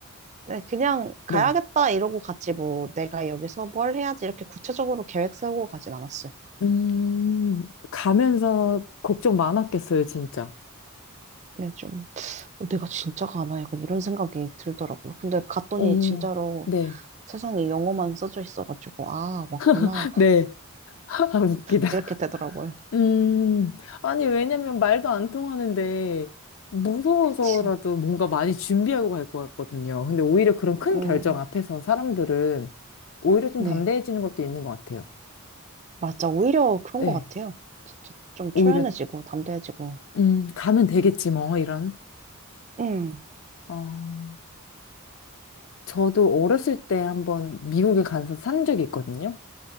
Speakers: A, on the right; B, on the left.
A: 네, 그냥 가야겠다
B: 네.
A: 이러고 갔지 뭐 내가 여기서 뭘 해야지 이렇게 구체적으로 계획 세우고 가진 않았어요.
B: 음, 가면서 걱정 많았겠어요, 진짜.
A: 네, 좀 어, 내가 진짜 가나 약간 이런 생각이 들더라고요. 근데 갔더니
B: 어,
A: 진짜로
B: 네.
A: 세상에 영어만 써져 있어가지고, 아, 맞구나.
B: <laughs> 네. <laughs> 아, 웃기다.
A: 이렇게 되더라고요.
B: 음, 아니, 왜냐면 말도 안 통하는데, 무서워서라도
A: 그치.
B: 뭔가 많이 준비하고 갈 것 같거든요. 근데 오히려 그런 큰
A: 음,
B: 결정 앞에서 사람들은 오히려 좀
A: 네.
B: 담대해지는 것도 있는 것 같아요.
A: 맞아. 오히려 그런
B: 네.
A: 것 같아요. 진짜 좀
B: 오히려,
A: 초연해지고, 담대해지고.
B: 음, 가면 되겠지, 뭐, 이런.
A: 음,
B: 어, 저도 어렸을 때 한번 미국에 가서 산 적이 있거든요.